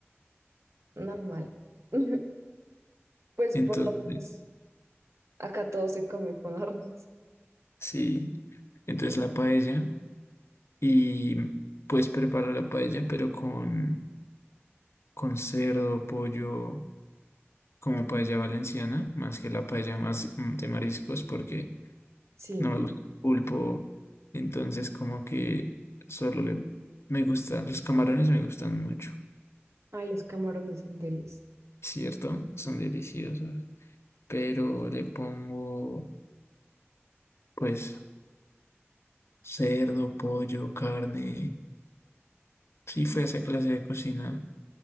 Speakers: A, on the right; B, on the left.
A: normal. <laughs> Pues
B: Entonces,
A: por lo menos acá todo se come con arroz.
B: sí, entonces la paella y pues preparo la paella pero con, con cerdo, pollo, como paella valenciana, más que la paella más mm, de mariscos porque
A: Sí.
B: no me gusta el pulpo, entonces como que solo le... Me gusta los camarones me gustan mucho,
A: Ay, los camarones son delis.
B: ¿cierto? Son deliciosos, pero le pongo pues cerdo, pollo, carne. Sí, fue esa clase de cocina.